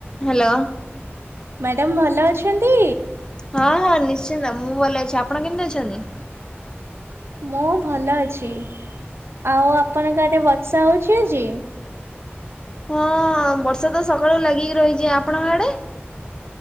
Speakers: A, on the left; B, on the right.
A: ହ୍ୟାଲୋ
B: ମ୍ୟାଡ଼ାମ ଭଲ ଅଛନ୍ତି
A: ହଁ ହଁ ନିଶ୍ଚିନ୍ତ ମୁଁ ଭଲ ଅଛି ଆପଣ କେମିତି ଅଛନ୍ତି।
B: ମୁଁ ଭଲ ଅଛି ଆଉ ଆପଣଙ୍କ ଆଡେ ବର୍ଷା ହଉଛି ଆଜି।
A: ହଁ ବର୍ଷା ତ ସକାଳୁ ଲାଗିକି ରହିଛି ଆପଣଙ୍କ ଆଡେ।